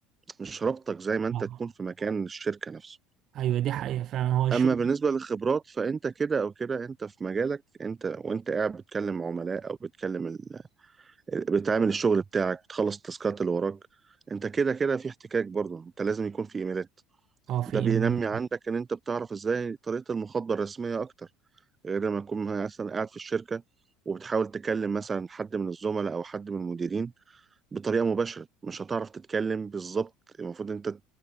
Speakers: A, on the right; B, on the right.
A: مش رابطك زي ما انت
B: اه
A: تكون في مكان الشركة نفسه
B: ايوه دي حقيقه فعلا هو الشغل
A: اما بالنسبه للخبرات فانت كده او كده انت في مجالك انت وانت قاعد بتكلم عملاء او بتكلم ال... بتعمل الشغل بتاعك بتخلص التاسكات اللي وراك انت كده كده في احتكاك برضه انت لازم يكون في ايميلات
B: اه في
A: ده بينمي
B: إيميلات
A: عندك ان انت بتعرف ازاي طريقه المخاطبه الرسميه اكتر غير لما تكون مثلا قاعد في الشركه وبتحاول تكلم مثلا حد من الزملاء او حد من المديرين بطريقه مباشره مش هتعرف تتكلم بالظبط المفروض انت